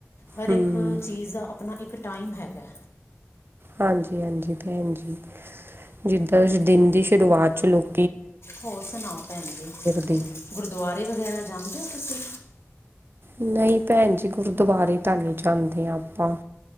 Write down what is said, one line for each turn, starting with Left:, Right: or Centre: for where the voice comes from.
Left: ਹਰ
Right: ਹੂੰ
Left: ਇੱਕ ਚੀਜ਼ ਦਾ ਆਪਣਾ ਇੱਕ ਟਾਈਮ ਹੈਗਾ।
Right: ਹਾਂਜੀ ਹਾਂਜੀ ਭੈਣ ਜੀ ਜਿਦਾਂ ਦਿਨ ਦੀ ਸ਼ੁਰੂਆਤ ਚ ਲੋਕ
Left: ਹੋਰ ਸੁਣਾਓ ਭੈਣ ਜੀ
Right: ਦੀ
Left: ਗੁਰਦੁਆਰੇ ਵਗੈਰਾ ਜਾਦੇ ਹੋ ਦੇ ਹੋ ਤੁਸੀਂ।
Right: ਨਹੀਂ, ਭੈਣ ਜੀ ਗੁਰਦੁਆਰੇ ਤਾਂ ਨਹੀਂ ਜਾਂਦੇ ਆਪਾਂ।